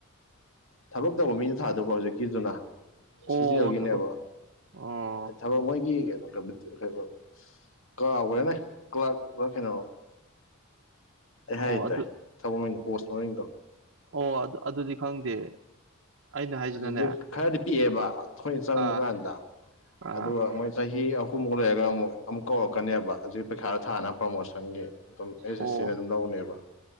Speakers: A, on the left; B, on the right.
A: ꯇꯧꯕ ꯃꯤꯅ ꯊꯥꯗꯕ ꯍꯧꯖꯤꯛꯀꯤꯗꯨꯅ ꯁꯤꯖꯤꯑꯦꯜ
B: ꯑꯣ
A: ꯒꯤꯅꯦꯕ
B: ꯊꯕꯛ ꯑꯣ
A: ꯊꯕꯛ ꯃꯣꯏꯒꯤ ꯀꯝꯄꯤꯇꯤ ꯀꯩꯍꯥꯏꯕ ꯀꯥꯈ꯭ꯔꯦꯅꯦ ꯀ꯭ꯂꯥꯛꯅꯣ ꯑꯩ ꯍꯥꯏ
B: ꯑꯣ
A: ꯍꯥꯏꯇꯥꯔꯦ
B: ꯑꯗꯨ
A: ꯊꯕꯛ ꯃꯗꯣ ꯄꯣꯁ ꯃꯃꯤꯡꯗꯣ
B: ꯑꯣ ꯑꯗꯨ ꯑꯗꯨꯗꯤ ꯈꯪꯗꯦ ꯑꯩꯅ ꯍꯥꯏꯁꯤꯅꯅꯦ
A: ꯍꯧꯁꯦ ꯈꯔꯗꯤ ꯄꯤꯛꯑꯦꯕ ꯑꯩꯈꯣꯏꯅ ꯆꯪꯕ
B: ꯑꯥ
A: ꯀꯥꯟꯗ
B: ꯑꯥ
A: ꯑꯗꯨꯒ ꯃꯣꯏ ꯆꯍꯤ ꯑꯍꯨꯝꯃꯨꯛ ꯂꯩꯔꯒ ꯑꯃꯨꯛ ꯑꯃꯨꯛ ꯀꯧꯔꯛꯀꯅꯦꯕ ꯍꯧꯖꯤꯛ ꯄꯩꯈꯥꯗ ꯊꯥꯅ ꯄ꯭ꯔꯣꯃꯣꯁꯟꯒꯤ ꯑꯗꯨꯝ ꯑꯦꯁ
B: ꯑꯣ
A: ꯑꯦꯁ ꯁꯤꯅ ꯑꯗꯨꯝ ꯂꯧꯅꯦꯕ